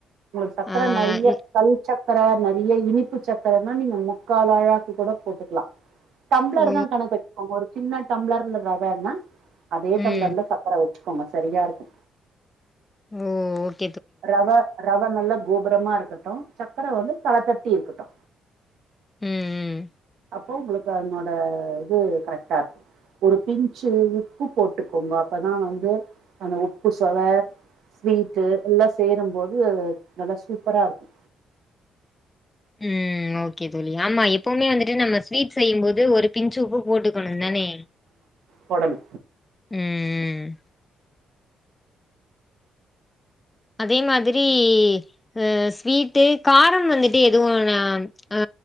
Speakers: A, on the right; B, on the left.
A: உங்களுக்கு சக்கர
B: ஆ
A: நிறைய
B: இ
A: கல் சக்கர நிறைய இனிப்பு சக்கரனா நீங்க முக்கால் அழாக்க கூட போட்டுக்கலா டம்ப்ளர்
B: ஓ
A: தா கணக்க வச்சுப்போங்க ஒரு சின்ன டம்ப்ளர்ல ரவானா அதே டம்ப்ளர்ல
B: ம்
A: ச ஊற வச்சுக்கோங்க சரியா இருக்கு
B: ம்
A: ரவ ரவ நல்லா கோபுரமா இருக்கட்டு சக்கர வந்து தளத்தட்டி இருக்குட்டு
B: ம் ம்
A: அப்போ உங்களுக்கு அதனோட இது கரெக்ட்டா இருக்கு ஒரு பிஞச்சு உப்பு போட்டுக்கோங்க அப்பதா வந்து அந்த உப்பு சொவ ஸ்வீட்டு எல்லா சேரும்போது நல்லா சூப்பரா இருக்கு
B: ம் ம் ஓகே தோழி ஆமா எப்பவுமே வந்துட்டு நம்ம ஸ்வீட் செய்யு போது ஒரு பிஞ் உப்பு போட்டுக்கணு தானே
A: போடனு
B: ம்ம் அதே மாதிரி அ ஸ்வீட்டு கார வந்துட்டு எதுவும் ந ஆ